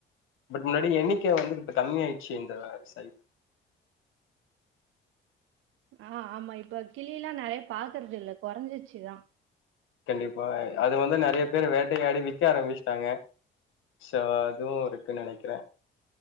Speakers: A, on the left; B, on the right.
A: பட் முன்னாடி எண்ணிக்க வந்து இப்ப கம்மி ஆயிச்சு இந்த சைட்
B: அ ஆமா இப்ப கிளி எல்லா நெறையா பாக்குறது இல்ல கொறைஞ்சிச்சுதா
A: கண்டிப்பா அது வந்து நெறையா பேரு வேட்டையாடி விக்க ஆரம்பிச்சிட்டாங்க சோ அதுவு இருக்குன்னு நெனைக்கிற